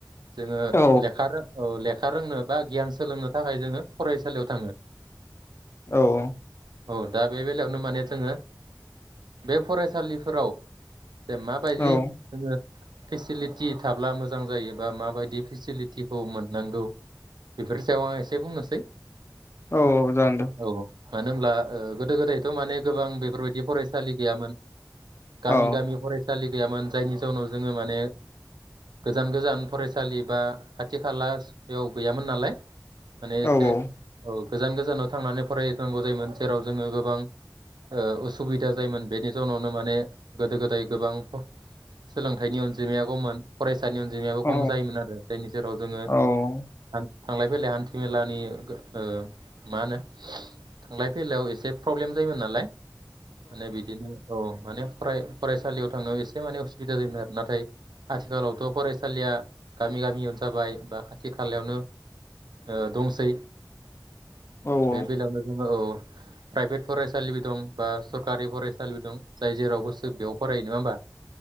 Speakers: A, on the right; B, on the left.
A: जोङो
B: औ
A: लेखा रों औ लेखा खा रोंनो बा गियान सोलोंनो थाखाय जोंङो फरायसालियाव थाङो।
B: औ औ।
A: औ दा बे बेलायावनो माने जोङो बे फरायसालिफोराव जे माबायदि
B: औ
A: जोंङो फेसिलिटि थाब्ला मोजां जायोबा माबायदि फेसिलिटिखौ मोननांगौ बेफोरनि सायाव आं एसे बुंनोसै।
B: औ जागोनदे।
A: औ मानो होनब्ला ओ गोदो गोदायथ' माने गोबां बेफोरबायदि फरायसालि गैयामोन। गामि
B: औ
A: गामि फरायसालि गैयामोन जायनि जाउनाव जोंङो माने गोजान गोजान फरायसालि बा खाथि खाला बेयाव गैयामोन नालाय। माने एसे
B: औ औ
A: गोजान गोजानाव थांनानै फरायनांगौ जायोमोन जेराव जोंङो गोबां ओ उसुबिदा जायोमोन बेनि जाउनावनो माने गोदो गोदाय गोबां सोलोंथाइनि अनजिमाया गमोन सानि अनजिमायाबो
B: औ
A: खम जायोमोन आरो जायनि जेराव जोंङो
B: औ
A: थांलाय फैलाय हान्थि मेलानि ओ मा होनो थांलाय फैलायाव एसे प्रब्लेम जायोमोन नालाय। माने बिदिनो औ। माने फराय-फरायसालियाव थांनायाव एसे माने उसुबिदा जायोमोन आरो नाथाय आथिखालावथ' फरायसालिया गामि गामियावनो जाबाय बा खा खाथि खालायावनो ओ दंसै।
B: औ
A: बे बेलायावनो जोंङो औ। प्राइभेट फरायसालिबो दं बा सरकारि फरायसालिबो दं जाय जेराव गोसो बेयाव फरायो नङा होमबा?